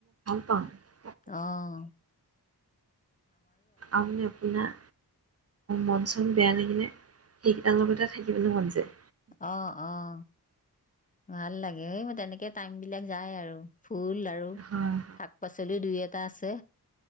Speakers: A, on the right; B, on the left.
A: অ
B: আহ
A: আৰু মানে আপোনাৰ মন চন বেয়া লাগিলে সেইকেইটাৰ লগতে থাকিবলৈ মন যায়
B: আহ আহ ভাল লাগে এই ম তেনেকে টাইম বিলাক যায় আৰু ফুল আৰু
A: হয়।
B: শাক পাচলি দুই এট এটা আছে